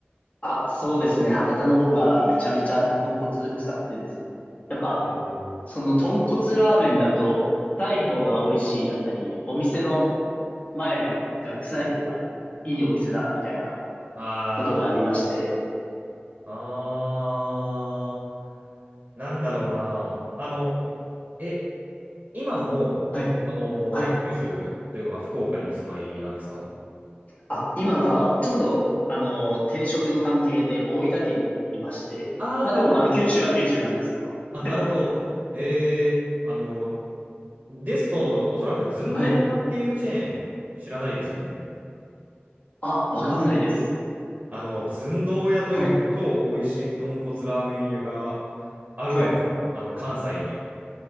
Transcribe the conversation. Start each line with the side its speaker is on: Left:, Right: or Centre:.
Left: あ、そうですね。博多の方がめちゃめちゃ豚骨臭くてですね。やっぱ、
Right: えー
Left: その豚骨ラーメンだと、臭い方が美味しいだったり、お店の前歯が臭い方がいいお店だ、みたいな
Right: ああ、
Left: ことがありまして。
Right: あー、なんだろうな。あの、え、今も、
Left: はい。
Right: そ
Left: はい。
Right: の、九州というか、まあ、福岡にお住まいなんですか
Left: あ、今が、ちょっと、あの、転職の関係で大分県にいまして。
Right: ああー、
Left: まあでも、
Right: お
Left: あの、九州は九州なんですけど。
Right: あ、なるほど。
Left: はい。
Right: えー、あの、ですと、おそらく寸胴屋っていうチェーン、
Left: はい。
Right: 知らないですよね。
Left: あ、わかんないです。
Right: あの、寸胴屋という超美味しい豚骨ラーメン屋が
Left: はい。
Right: あるんですよ。
Left: はい。
Right: あの、関西に。